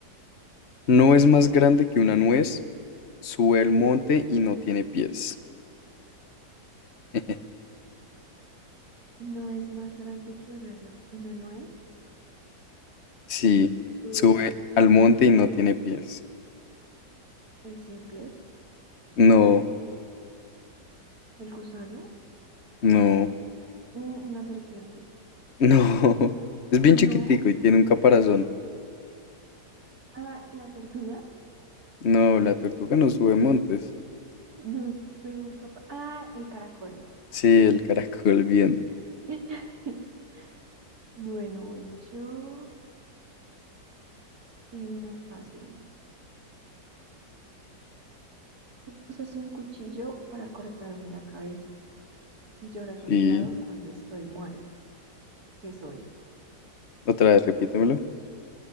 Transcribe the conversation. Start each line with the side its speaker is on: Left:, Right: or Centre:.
Left: ¿No es más grande que una nuez? Sube al monte y no tiene pies. <laughs>
Right: No es más grande que una, nu- una nuez.
Left: Sí,
Right: Tuve
Left: sube
Right: su-
Left: al monte y no tiene pies.
Right: el cien pies,
Left: No,
Right: el gusano.
Left: no,
Right: Mm, una serpiente.
Left: no. <laughs> Es bien
Right: No.
Left: chiquitico y tiene un caparazón.
Right: Ah, la tortuga.
Left: No, la tortuga no sube
Right: No,
Left: montes.
Right: no soy un capaz. Ah, el caracol.
Left: Sí, el caracol bien.
Right: <laughs> Bueno, voy yo. Eh, uno fácil. Usas un cuchillo para cortarme la cabeza y lloras a
Left: Sí.
Right: mi lado cuando estoy muerta. ¿Qué soy?
Left: Otra vez, repítemelo.